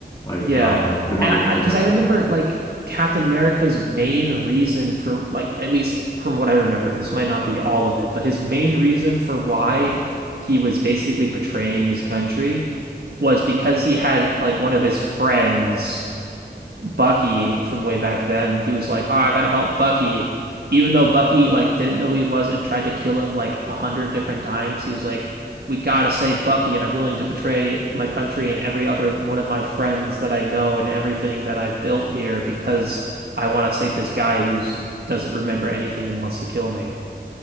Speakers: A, on the left; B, on the right.
A: Like
B: Yeah.
A: um they wanted
B: And I,
A: to
B: I,
A: go
B: because
A: against
B: I remember
A: it.
B: like Captain America's main reason for like at least from what I remember, this might not be all of it, but his main reason for why he was basically betraying his country was because he had like one of his friends. Bucky from way back then, he was like, "Oh, I gotta help Bucky," even though Bucky like didn't know who he was and tried to kill him like a hundred different times. He was like, "We gotta save Bucky, and I'm willing to betray my country and every other one of my friends that I know and everything that I've built here because I want to save this guy who doesn't remember anything and wants to kill me."